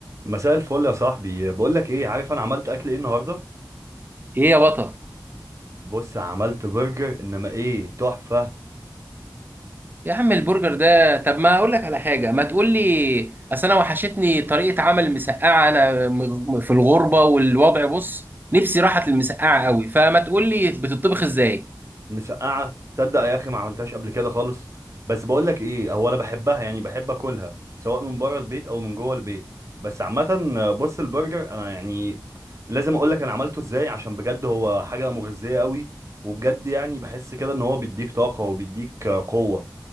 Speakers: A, on the right; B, on the right.
A: مساء الفل يا صاحبي بقول لك ايه عارف انا عملت اكل ايه النهارده
B: ايه يا بطل
A: بص عملت برجر انما ايه تحفه
B: يا عم البرجر ده طب ما اقول لك على حاجه ما تقول لي اصل انا وحشتني طريقه عمل مسقعه انا م- في الغربه والوضع بص نفسي راحت للمسقعه قوي فما تقول لي بتطبخ ازاي
A: مسقعه تصدق يا اخي ما عملتهاش قبل كده خالص بس بقول لك ايه هو انا بحبها يعني بحب اكلها سواء من بره البيت او من جوه البيت بس عامه بص البرجر انا يعني لازم اقول لك انا عملته ازاي عشان بجد هو حاجه مغذيه قوي وبجد يعني بحس كده ان هو بيديك طاقه وبيديك قوه